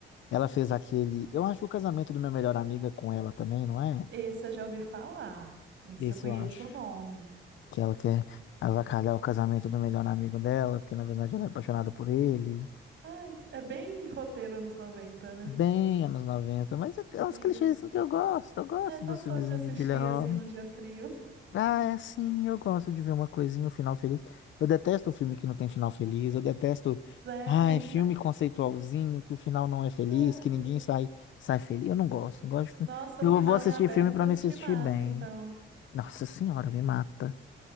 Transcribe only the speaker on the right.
Esse eu já ouvi falar. Esse
eu conheço
o nome.
Ai, é bem roteiro anos 90, né?
Sim.
Ah, eu gostoso
de assistir
assim num dia frio.
<laughs> Sério.
Ai.
Nossa,
final
em aberto
te
mata,
então.